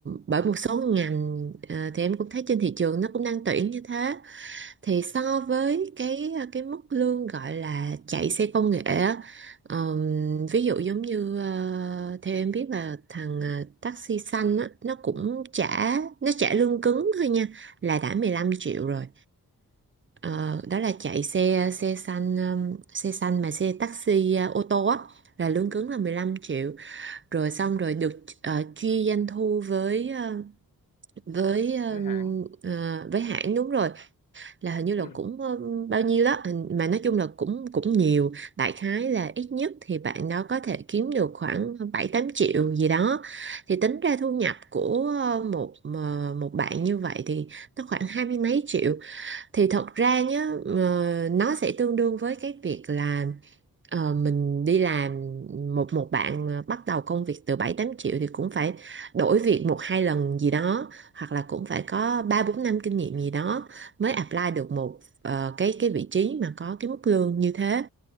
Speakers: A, on the right (about 35°); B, on the left (about 65°).
A: bởi một số ngành ờ, thì em cũng thấy trên thị trường nó cũng đang tuyển như thế thì so với cái ờ, cái mức lương gọi là chạy xe công nghệ á, ờm, ví dụ giống như ờ, theo em biết là thằng ờ, taxi xanh á, nó cũng
B: ừ,
A: trả nó trả lương cứng thôi nha là đã 15 triệu rồi Ờ,
B: ừ,
A: đó là chạy xe xe xanh ừm, xe xanh mà xe taxi ờ, ô tô á là lương
B: ừ.
A: cứng là 15 triệu rồi xong rồi được ờ, chia doanh thu với ờ, với ờ,
B: với hạn
A: ờ, với hãng đúng rồi là hình như là
B: <clears throat>
A: cũng ờ, bao nhiêu đó hình- mà nói chung là cũng cũng nhiều đại khái là ít nhất thì bạn đó có thể kiếm được khoảng 7 8 triệu gì đó thì tính ra thu nhập của ờ, một ờ, một bạn như vậy thì nó khoảng hai mươi mấy triệu thì thật ra nhá ờ, nó sẽ tương đương với cái việc là ờ, mình đi làm một một bạn mà bắt đầu công việc từ 7 8 triệu thì cũng phải đổi việc một hai lần gì đó hoặc là cũng phải có 3 4 năm kinh nghiệm gì đó mới apply được một ờ, cái cái vị trí mà có cái mức lương như thế.